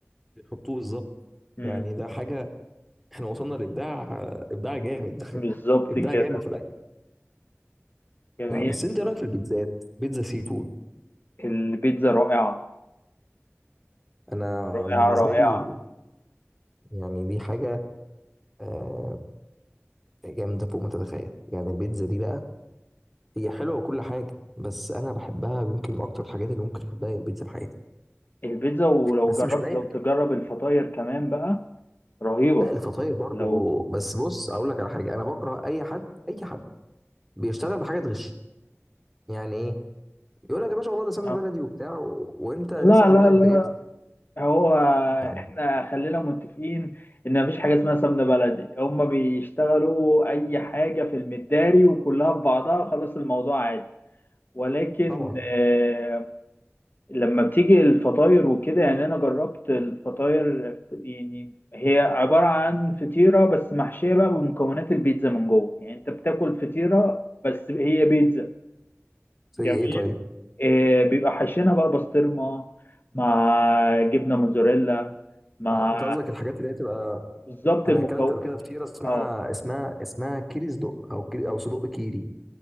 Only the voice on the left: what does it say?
مم.
بالظبط
كده
جميل
البيتزا رائعة
رائعة
رائعة
البيتزا ولو
جربت
لو
تجرب الفطاير كمان بقى رهيبة
لو
آه.
لا
لا
لا
هو
احنا خلينا متفقين ان مفيش حاجه اسمها سمنه بلدي هما بيشتغلوا اي حاجه في المداري وكلها في بعضها خلاص الموضوع عادي ولكن
آه، لما بتيجي الفطاير وكده يعني انا جربت الفطاير يعني هي عباره عن فطيره بس محشيه بقى بمكونات البيتزا من جوه يعني انت بتاكل فطيره بس هي بيتزا
جميل
آه، بيبقى حاشينها بقى بسطرمة مع جبنة موتزاريلا مع
بالظبط
المكون
اه